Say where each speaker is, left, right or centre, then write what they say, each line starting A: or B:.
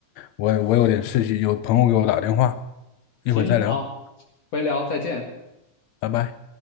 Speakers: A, on the left (about 75°); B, on the left (about 50°).
A: 我我有点事情，有朋友给我打电话，一会儿再聊，
B: 行，好，回聊，再见。
A: 拜拜。